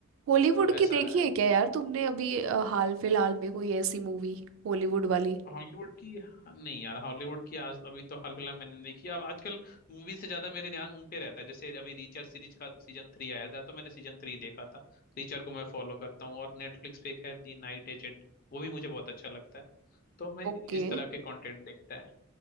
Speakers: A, on the right (about 65°); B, on the left (about 40°).
A: हॉलीवुड
B: तो ऐसा
A: की देखी
B: रहा
A: है
B: है
A: क्या यार तुमने अभी अ, हाल फिलहाल में कोई ऐसी मूवी हॉलीवुड वाली
B: हॉलीवुड की नहीं यार हॉलीवुड की आज अभी तो हाल फिलहाल मैंने नहीं देखी अब आजकल मूवी से ज्यादा मेरे ध्यान उन पे रहता है जैसे अभी रीचर सीरीज का सीजन थ्री आया था तो मैंने सीजन थ्री देखा था रीचर को मैं फॉलो करता हूँ और नेटफ्लिक्स पे एक है दी नाइट एजेंट वो भी मुझे बहुत अच्छा लगता है तो मैं
A: ओके
B: इस तरह के कंटेंट देखता है